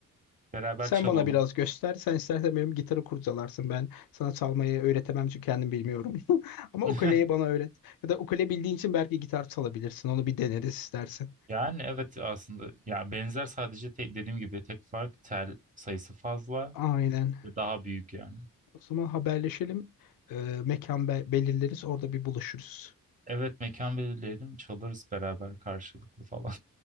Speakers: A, on the right; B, on the left.
A: Beraber
B: sen
A: çalalım.
B: bana biraz göster. Sen istersen benim gitarı kurcalarsın. Ben sana çalmayı öğretemem çünkü kendim bilmiyorum. <laughs> Ama
A: <laughs>
B: ukuleyi bana öğret. Ya da ukule bildiğin için belki gitar çalabilirsin. Onu bir deneriz istersen.
A: Yani evet aslında ya benzer sadece te- dediğim gibi tek fark tel sayısı fazla
B: Aynen.
A: ve daha büyük yani.
B: O zaman haberleşelim. Ee, mekan be- belirleriz. Orada bir buluşuruz.
A: Evet mekan belirleyelim çalarız beraber karşılıklı falan.